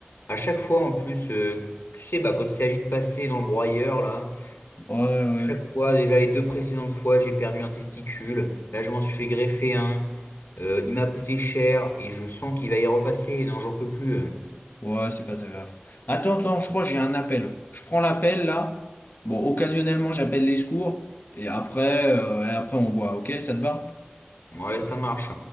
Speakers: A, on the left (about 70°); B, on the left (about 55°).
A: à chaque fois, en plus, euh, tu sais, bah quand il s'agit de passer dans le broyeur, là,
B: ouais,
A: chaque fois, déjà les deux précédentes fois, j'ai perdu un testicule, là, je m'en suis fait greffer un, euh, il m'a coûté cher, et je sens qu'il va y repasser, non, j'en peux plus. euh.
B: ouais, ouais, c'est pas très grave. Attends, attends, je crois que j'ai un appel. Je prends l'appel là. Bon, occasionnellement, j'appelle les secours. Et après, euh, et après, on voit, ok, ça te va?
A: Ouais, ça marche.